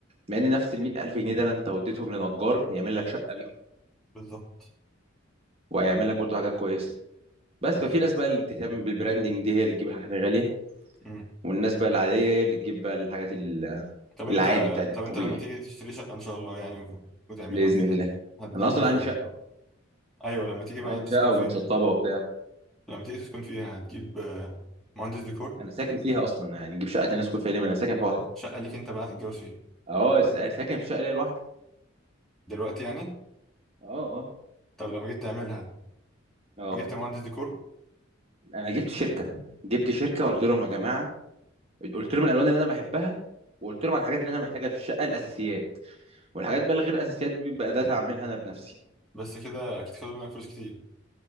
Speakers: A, on the right; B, in the centre.
A: مع ان نفس ال 100000 جنيه ده لو انت وديتهم لنجار هيعمل لك شقه بيهم
B: بالظبط
A: وهيعمل لك برضه حاجات كويسه بس
B: بالظبط
A: ففي ناس بقى اللي بتهتم بالبراندنج دي هي اللي تجيب الحاجات الغاليه
B: مم.
A: والناس بقى العادية هي اللي تجيب بقى الحاجات ال-
B: طب انت
A: العادي بتاعت الطبيعي
B: طب انت لما تيجي تشتري شقة ان شاء الله يعني وت- وتعملها
A: بإذن
B: وكده
A: الله
B: هتجيب
A: أنا أصلا
B: آه،
A: عندي شقة
B: ايوه لما تيجي بقى
A: عندي
B: تسكن
A: شقة
B: فيها
A: ومتشطبة وبتاع
B: لما تيجي تسكن فيها هتجيب آه، مهندس ديكور
A: أنا ساكن فيها أصلا يعني أجيب شقة الناس كل فيها ليه ما أنا ساكن في واحدة
B: شقة ليك انت بقى هتتجوز فيها
A: أه س- أنا ساكن في شقة ليا لوحدي
B: دلوقتي يعني
A: أه أه
B: طب لما جيت تعملها
A: أه
B: جبت مهندس ديكور
A: أنا جبت شركة جبت شركة وقلت لهم يا جماعة قلت لهم الألوان اللي أنا بحبها وقلت لهم على الحاجات اللي أنا محتاجها في الشقة الأساسيات والحاجات بقى الغير أساسيات دي بقى ده هعملها أنا بنفسي
B: بس كده اكيد خدوا منك فلوس كتير